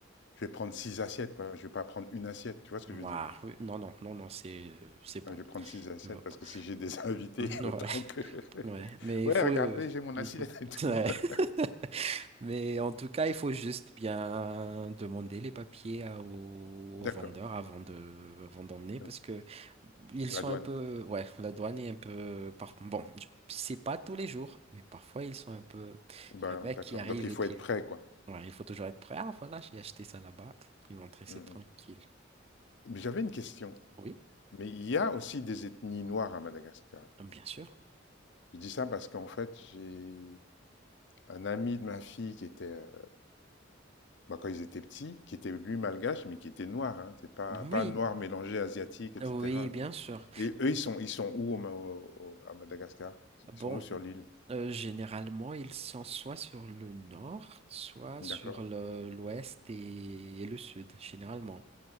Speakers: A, on the left (about 65°); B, on the right (about 30°).
A: je vais prendre six assiettes, quoi. Je vais pas prendre une assiette, tu vois ce que
B: Ouah,
A: je veux dire?
B: oui, Non, non, non, non, c'est euh, c'est bon.
A: Hein, Je vais prendre six assiettes
B: Il va pas.
A: parce que si j'ai des <laughs> invités,
B: <laughs> Ouais.
A: autant que. <laughs>
B: Ouais, mais
A: Ouais,
B: il faut...
A: regardez,
B: euh,
A: j'ai mon
B: <laughs>
A: assiette et tout.
B: Ouais.
A: <laughs>
B: <laughs> Mais en tout cas, il faut juste bien demander les papiers à- aux,
A: D'accord.
B: aux vendeurs avant de, avant d'emmener
A: Donc,
B: parce que ils
A: La
B: sont
A: douane.
B: un peu, ouais, la douane est un peu, par- bon, je- c'est pas tous les jours, mais parfois ils sont un peu,
A: Ben,
B: il y a un mec
A: ouais, d'accord.
B: qui arrive
A: Donc il
B: et
A: faut
B: qui,
A: être prêt, quoi.
B: ouais, il faut toujours être prêt. Ah, voilà, j'ai acheté ça là-bas. Ils vont te laisser
A: Mm,
B: tranquille.
A: mm. Mais j'avais une question.
B: Oui,
A: Mais il y a aussi des ethnies noires à Madagascar.
B: bien sûr.
A: Je dis ça parce qu'en fait, j'ai un ami de ma fille qui était euh, bah, quand ils étaient petits, qui était lui malgache, mais qui était noir. Hein. C'est pas,
B: Oui,
A: pas noir mélangé asiatique, etc.
B: oui,
A: Donc.
B: bien sûr.
A: Et eux, ils sont, ils sont où au Ma- au- au- à Madagascar? Ils
B: Bon,
A: sont où sur l'île?
B: euh, généralement, ils sont soit sur le nord, soit
A: D'accord,
B: sur le- l'ouest et, et le sud, généralement.